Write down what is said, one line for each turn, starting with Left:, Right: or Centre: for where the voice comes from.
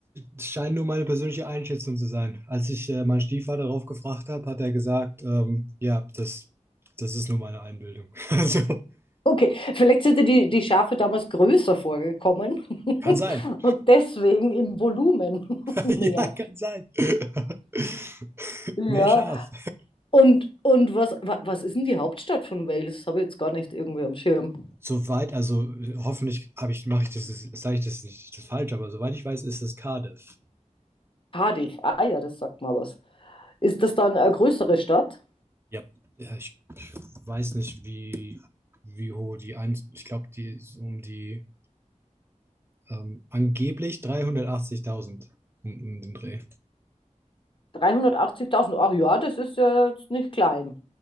Right: es scheint nur meine persönliche Einschätzung zu sein. Als ich äh, meinen Stiefvater darauf gefragt habe, hat er gesagt, ähm, ja, das, das ist nur meine Einbildung. <laughs> Also,
Left: Okay, vielleicht sind dir die, die Schafe damals größer vorgekommen <laughs>
Right: kann sein.
Left: und deswegen im Volumen <laughs>
Right: <laughs>
Left: mehr.
Right: Ja, kann sein. <laughs>
Left: Ja,
Right: Mehr Schaf.
Left: und, und was, wa- was ist denn die Hauptstadt von Wales? Habe ich jetzt gar nicht irgendwie am Schirm.
Right: Soweit, also äh, hoffentlich habe ich, mache ich das, sage ich das nicht das falsch, aber soweit ich weiß, ist es Cardiff.
Left: Cardiff, ah ja, das sagt mal was. Ist das dann eine größere Stadt?
Right: Ja. Ja, ich weiß nicht, wie, wie hoch die ein, ich glaube, die ist um die Ähm, angeblich 380.000 um, um den Dreh.
Left: Dreihundertachtzigtausend. ach ja, das ist ja jetzt nicht klein,